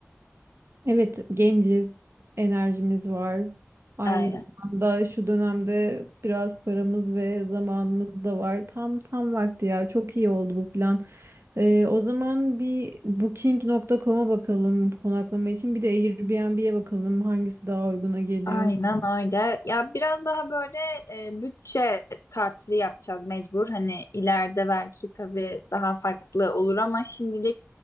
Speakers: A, on the right (about 60°); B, on the left (about 85°).
A: Evet, genciz, enerjimiz var. Aynı
B: Aynen.
A: zamanda şu dönemde biraz paramız ve zamanımız da var. Tam tam vakti ya. Çok iyi oldu bu plan. Ee, o zaman bir booking.com'a bakalım konaklama için. Bir de Airbnb'ye bakalım hangisi daha uyguna geliyor.
B: Aynen öyle. Ya biraz daha böyle e, bütçe tatili yapacağız mecbur. Hani ileride belki tabii daha farklı olur ama şimdilik